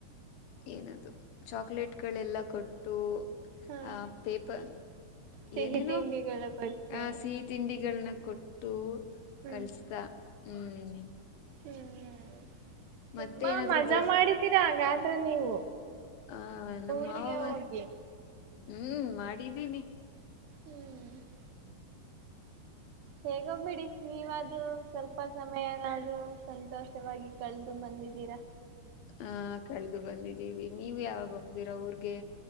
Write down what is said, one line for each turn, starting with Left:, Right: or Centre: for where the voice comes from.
Left: ಏನದು ಚಾಕ್ಲೇಟ್ಗಳೆಲ್ಲ ಕೊಟ್ಟು
Right: ಹಾ
Left: ಆ ಪೇಪರ್
Right: ಸಿಹಿ
Left: ಏನೇನು
Right: ತಿಂಡಿಗಳ ಬಗ್ಗೆ
Left: ಆ ಸಿತ್ ತಿಂಡಿಗಳನ್ನ ಕೊಟ್ಟು
Right: ಹ್ಮ್
Left: ಕಳ್ಸ್ತ ಹ್ಮ್
Right: ಹ್ಮ್ ತುಂಬಾ
Left: ಮತ್ತೆ ಏನಾದ್ರು
Right: ಮಜಾ
Left: ಬೇ
Right: ಮಾಡಿದ್ದೀರಾ ಹಾಗಾದ್ರೆ ನೀವು
Left: ಹ ನಮ್ಮ
Right: ಊರಿಗೆ
Left: ಮಾವವ
Right: ಹೋಗಿ
Left: ಹ್ಮ್ ಮಾಡಿದ್ದೀನಿ
Right: ಹ್ಮ್ <unintelligible> ಹೇಗೋ ಬಿಡಿ ನೀವು ಆದರೂ ಸ್ವಲ್ಪ ಸಮಯ ಆದರು ಸಂತೋಷವಾಗಿ ಕಳೆದು ಬಂದಿದ್ದೀರಾ.
Left: ಹಾ ಕಳೆದು ಬಂದಿದ್ದೀವಿ ನೀವು ಯಾವಾಗ ಹೋಗ್ತೀರಾ ಊರಿಗೆ.